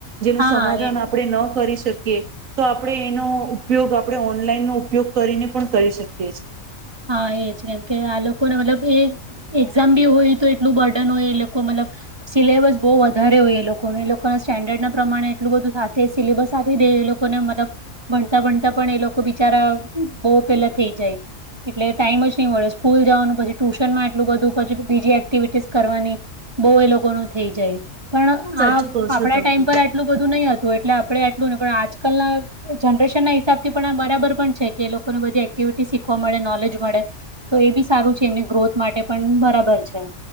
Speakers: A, on the right; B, on the right.
A: જેનું
B: હા
A: સમાધાન
B: એ
A: આપણે ન કરી શકીએ. તો આપડે એનો ઉપયોગ આપણે ઓનલાઈન નો ઉપયોગ કરીને પણ કરી શકીએ છીએ છે.
B: હા એ જ કેમકે આ લોકોને મતલબ એ એક્ઝામ બી હોય તો એટલું બર્ડન હોય એ લોકો મતલબ, સિલેબસ બહુ વધારે હોય એ લોકોને એ લોકોના સ્ટેન્ડર્ડ ના પ્રમાણે એટલું બધું સાથે સિલેબસ આપી દે એ લોકોને મતલબ, ભણતા ભણતા પણ એ લોકો બિચારા બહુ પેલા થઈ જાય. એટલે ટાઈમ જ નહી મળે સ્કૂલ જવાનું પછી ટ્યુશન માં એટલું બધું પી બીજી એક્ટિવિટીસ કરવાની, બહ એ લોકો નું થઇ જાય. પણ
A: સાચું
B: આ
A: કહો છો
B: આપણા
A: તમે.
B: ટાઈમ પર આટલું બધું નહી હતું. એટલે આપણે એટલું નહીં પણ આજકાલના જનરેશનના હિસાબથી પણ આ બરાબર પણ છે કે એ લોકોને બધી એક્ટિવિટી શીખવા મળે નો મળે, તો એ બી સારું છે એમની ગ્રોથ માટે પણ બરાબર છે.